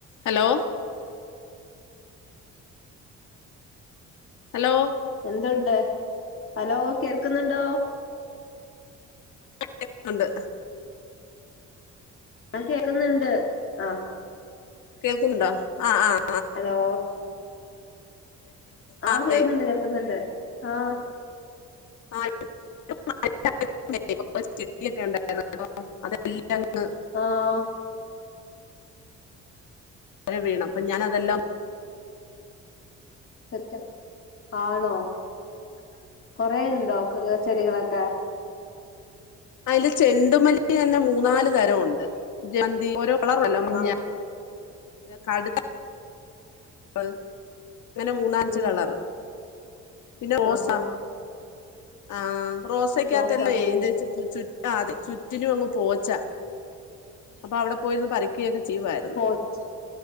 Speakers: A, on the left; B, on the left.
A: ഹലോ ഹലോ
B: എന്തുണ്ട് ഹലോ കേൾക്കുന്നുണ്ടോ
A: എന്തുണ്ട്
B: ഞാൻ കേക്കുന്നുണ്ട് ആഹ
A: കേൾക്കുന്നുണ്ടോ ആ് ആഹ്
B: ഹലോ
A: ആ
B: ആഹ
A: അതെ
B: കേൾുന്നുണ്ട് കേൾക്കുന്നു എന്ത ആഹ
A: ആ <inaudible> ചെട്ടിയൊക്കെ ഉണ്ടായിുന്നാടോ അതെല്ലാംങ്ങ്
B: ആഹ
A: വീണം അപ്പൊ ഞാനതെല്ലാം
B: സത്ം ആണോ കൊറെേ ഉണ്ടോ കൃ ചെടികളൊക്കെ
A: അതില് ചെണ്ടുമല്ലി തന്നെ മൂന്നാല് തരംണ്ട് ജന്തി ഓരോ കളർ അല്ല മഞ്ഞ
B: ആഹ്
A: അ കടുത്ത <unintelligible> കൾ അങ്ങനെ മൂന്ന അഞ്ച്
B: ഉം
A: കളർ പിന്നെ റോസ
B: ആഹാ
A: ആഹ റോസക്കാകത്തല്ലേ
B: റോസാപ്പൂ
A: എയിന്റെ ചുറ്റി ചുറ്റി ആ അതെ ചുറ്റിനും അങ്ങ് പോച്ച അപ്പൊ അവിടെ പോയിരുന്ന് പറിക്കുകയൊക്കെ ചെയ്യായി
B: പോച്ച്